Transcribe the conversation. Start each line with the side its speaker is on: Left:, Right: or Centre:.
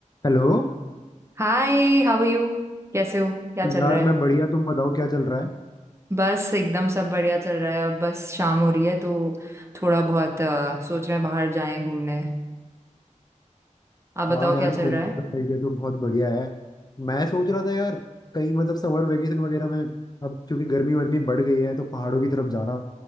Left: Hello
Right: Hi how are you कैसे हो क्या चल
Left: यार
Right: रहा है
Left: मैं बढ़िया तुम बताओ क्या चल रहा है
Right: बस एकदम सब बढ़िया चल रहा है अब बस शाम हो रही है तो थोड़ा बहुत अ, सोच रहे हैं बाहर जाएं घूमने आप बताओ
Left: हाँ यार
Right: क्या चल
Left: घूमने
Right: रहा है
Left: का आइडिया तो बहुत बढ़िया है मैं सोच रहा था यार कहीं मतलब समर वेकेशन वगैरह में अब क्योंकि गर्मी वर्मी बढ़ गई है तो पहाड़ों की तरफ जाना